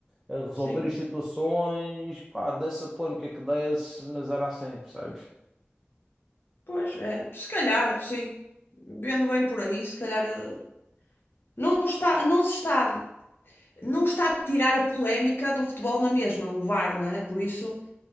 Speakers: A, in the centre; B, on the left.
A: A resolver
B: sim.
A: as situações, pá, dessa polêmica que desse, mas era assim, percebes?
B: Pois é, se calhar, sim. Vendo bem por aí, se calhar ele- não está, não se está, não está a tirar a polémica do futebol na mesma, o VAR, não é? Por isso,